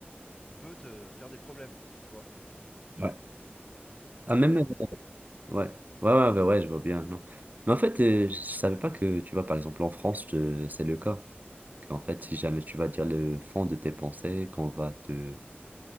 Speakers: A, on the left; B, on the right.
A: on peut te faire des problèmes. Tu vois?
B: Ouais.
A: C'est un
B: Ah, même,
A: exemple.
B: euh, ouais, ouais, ouais, ouais, ouais, je vois bien, non. Mais en fait, euh, je savais pas que, tu vois, par exemple, en France, je- c'est le cas. Qu'en fait, si jamais tu vas dire le fond de tes pensées, qu'on va te,